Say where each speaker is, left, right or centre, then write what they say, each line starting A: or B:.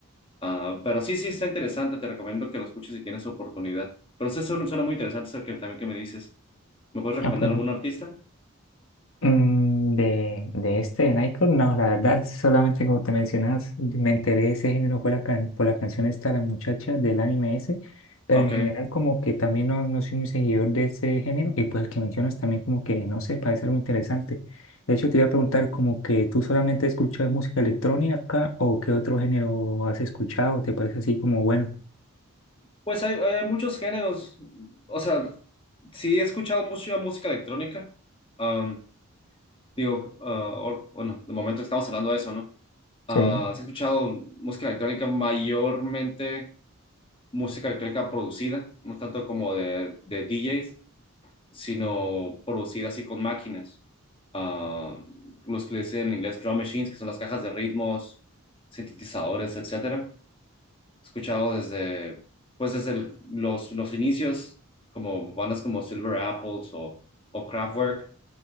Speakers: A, on the left; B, on the left.
A: Ah, pero sí, sí, está interesante. Te recomiendo que lo escuches si tienes oportunidad. Pero sí, suena, suena muy interesante eso que también que me dices. ¿Me puedes recomendar
B: ah, pues
A: algún artista?
B: mm, de, de este, de Nightcrawler, no, la verdad, solamente como te mencionas, me enteré de ese género fue la can- por la canción esta, La Muchacha, del anime ese, pero
A: Ok.
B: en general como que también no, no soy muy seguidor de ese género, y pues el que mencionas también como que, no sé, parece algo interesante. De hecho, te iba a preguntar como que tú solamente escuchas música electrónica o qué otro género has escuchado, te parece así como bueno.
A: Pues hay, hay muchos géneros. O sea, sí he escuchado mucha música electrónica. Am, digo, ah, or- bueno, de momento estamos hablando de eso, ¿no? Ah,
B: Sí.
A: sí he escuchado música electrónica, mayormente música electrónica producida, no tanto como de, de DJs. sino producida así con máquinas. Ah, los que le dicen en inglés drum machines, que son las cajas de ritmos, sintetizadores, etcétera. He escuchado desde, pues desde el- los, los inicios, como bandas como Silver Apples o, o Kraftwerk,